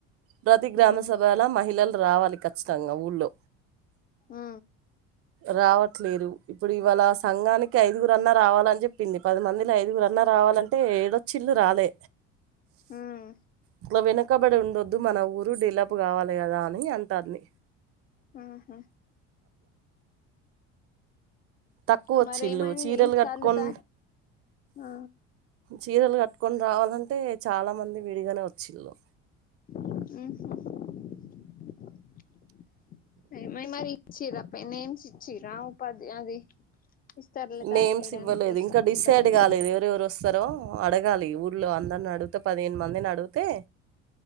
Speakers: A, on the right; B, on the left.
A: ప్రతి గ్రామ
B: ఉమ్
A: సభలో మహిళలు రావాలి కఖచ్చితంగ ఊళ్ళో
B: ఆ
A: రావట్లేదు ఇప్పుడు ఇవాళ సంఘానికి ఐదుగురు అన్నా రావాలని చెప్పింది పది మందిని ఐదుగురు అన్ <unintelligible> రావాలంటే ఏడొచ్చిల్లు రాలే
B: ఉమ్
A: ఇట్లా వెనకబడి ఉండొద్దు మన ఉ డేవలప్ కావాలి కదా అని అంటాన్ది
B: ఆహా
A: తక్కువ వచ్చిల్లు
B: మరేమైంది
A: చీరలు
B: ఈసార్లు
A: కట్టుకోన్
B: త ఆ
A: చీరలు కట్టు కొని రావాలంటే చాలా మంది విడిగానే వచ్చిల్లు
B: <unintelligible> మరి ఇచ్చిరా నేమ్స్ ఇచ్చిర ఉపాధి అది ఇస్తారులే తయారు
A: నేమ్స్
B: చేయడానికి
A: ఇవ్వలేదు
B: మిషన్
A: ఇంకా
B: కి
A: డిసైడ్
B: బ్యాగ్స్
A: కాలేదు ఎవరెవరు వస్తారో అడగాలి ఊర్లో అందరిని అడిగితే పదిహేను మందిని అడిగితే